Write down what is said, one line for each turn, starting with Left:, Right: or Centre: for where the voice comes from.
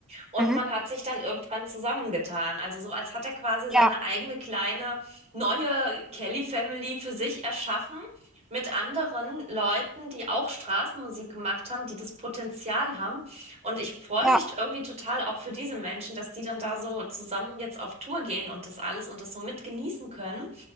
Right: und
Centre: Mhm.
Right: man hat sich dann irgendwann zusammengetan. Also so, als hat er quasi seine
Centre: Ja,
Right: eigene kleine neue Kelly Family für sich erschaffen mit anderen Leuten, die auch Straßenmusik gemacht haben, die das Potenzial haben. Und ich freue
Centre: ja.
Right: mich irgendwie total auch für diese Menschen, dass die dann da so zusammen jetzt auf Tour gehen und das alles und das so mit genießen können.